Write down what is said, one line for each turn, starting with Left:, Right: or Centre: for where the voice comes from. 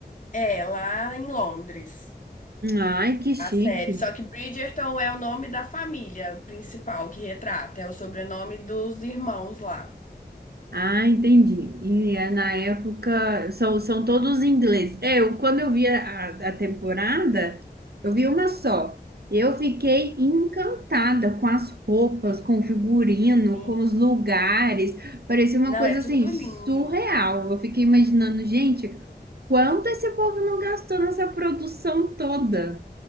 Left: É, lá em Londres.
Right: Ai, que chique.
Left: a série. Só que Bridgerton é o nome da família principal que retrata, é o sobrenome dos irmãos lá.
Right: Ah, entendi. E é, na época são, são todos ingleses. É, Eu, quando eu vi a, a temporada, eu vi uma só. Eu fiquei encantada com as roupas, com o figurino,
Left: Sim.
Right: com os lugares. Parecia uma
Left: Não,
Right: coisa
Left: é tudo
Right: assim surreal.
Left: lindo.
Right: Eu fiquei imaginando, gente, quanto esse povo não gastou nessa produção toda.